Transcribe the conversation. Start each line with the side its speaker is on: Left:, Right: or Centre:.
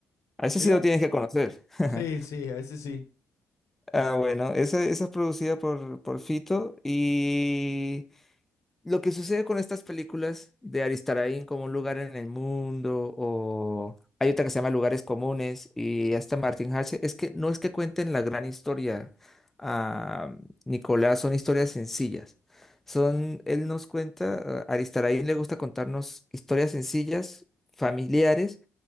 Centre: A ese
Left: Mira.
Centre: sí lo tienes que conocer. <laughs>
Left: Sí, sí, a ese sí.
Centre: Ah, bueno, esa, esa es producida por, por Fito. Y lo que sucede con estas películas de Aristarain como un lugar en el mundo, o hay otra que se llama Lugares Comunes, y hasta Martin Hatch, es que no es que cuenten la gran historia, ah, Nicolás, son historias sencillas. Son, él nos cuenta, a Aristarain le gusta contarnos historias sencillas, familiares